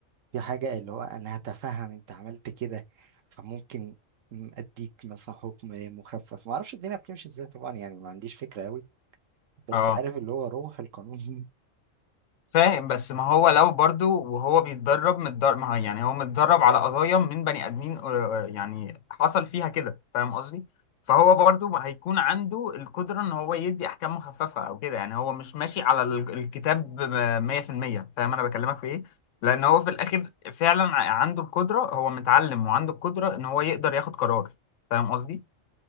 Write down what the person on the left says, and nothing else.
<laughs>
اه
فاهم بس ما هو لو برضو وهو بيتدرب متدرب ما هو يعني هو متدرب على قضايا من بني ادمين آه، آه، يعني حصل فيها كده فاهم قصدي فهو برضو هيكون عنده القدرة ان هو يدي احكام مخففة او كده يعني هو مش ماشي على ال- الكتاب ب- 100% فاهم انا بكلمك في ايه لان هو في الاخر فعلا ع- عنده القدرة هو متعلم وعنده القدرة ان هو يقدر ياخد قرار فاهم قصدي